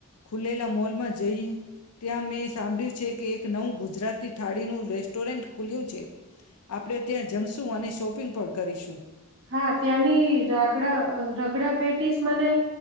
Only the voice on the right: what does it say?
હા ત્યાંની રાગડા રગડા પેટીસ મને